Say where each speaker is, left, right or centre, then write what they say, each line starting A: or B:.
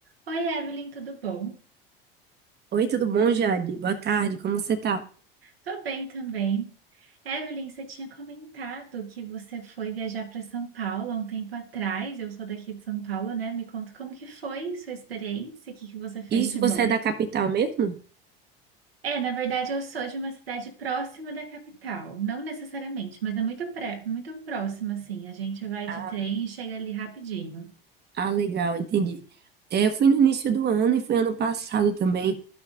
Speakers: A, on the right; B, on the right.
A: Oi, Evelyn, tudo bom?
B: Oi, tudo bom, Jade? Boa tarde, como você tá?
A: Tô bem também. Evelyn, você tinha comentado que você foi viajar para São Paulo há um tempo atrás. Eu sou daqui de São Paulo, né? Me conta como que foi sua experiência, o que que você fez
B: Isso,
A: de bom?
B: você é da capital mesmo?
A: É, na verdade, eu sou de uma cidade próxima da capital, não necessariamente, mas é muito pré, muito próxima, assim. A gente vai
B: Ah,
A: de trem e chega ali rapidinho.
B: ah, legal, entendi. É, eu fui no início do ano e fui ano passado também.